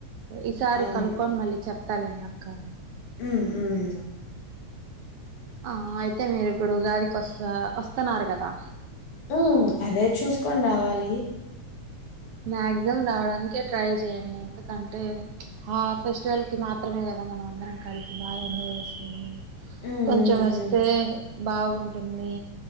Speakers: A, on the right; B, on the left.
A: ఈసారి
B: అవును
A: కనుక్కొని మళ్ళీ చెప్తాలేండి అక్క
B: ఉ ఉమ్
A: ఆ అయితే మీరు ఇప్పుడు ఉగాదికి వస్త వస్తన్నారు కదా
B: ఉ అదే చూసుకొని రావాలి.
A: మాక్సిమం రావడానికే ట్రై చేయండి. ఎందుకంటే ఆ ఫెస్టివల్ కి మాత్ మాత్రమే కదా మనం అందరం కలిసి బాగా ఎంజాయ్ చేసి
B: హ్మ్
A: కొంచెం
B: హ్మ్
A: వస్తే బాగుంటుంది